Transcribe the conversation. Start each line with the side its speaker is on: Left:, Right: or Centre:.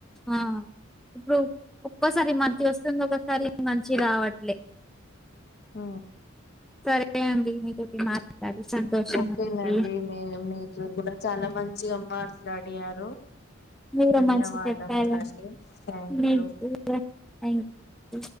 Centre: ఆ ఇప్పుడు ఒక్కోసారి మంచిగ వస్తుంది ఒకసారి మంచి రావట్లే
Left: ఆ
Centre: సరే అండి మీతోటి మాట్లాడి సంతోషం
Left: ఓకేనండి
Centre: అండి
Left: మీ మీరు కూడా చాలా మంచిగా మ రడి ఆరు
Centre: మీరు
Left: ధన్యవాదములండి
Centre: మంచి చెప్పారండి
Left: థ్యాంక్
Centre: మీకు
Left: యూ
Centre: థ్యాంక్ యూ